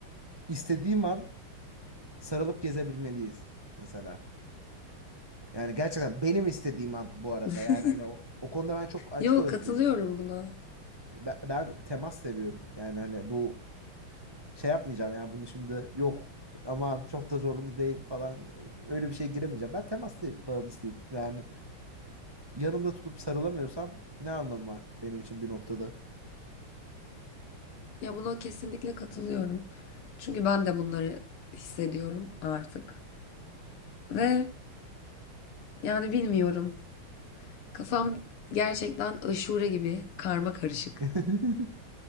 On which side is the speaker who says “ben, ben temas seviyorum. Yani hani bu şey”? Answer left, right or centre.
Right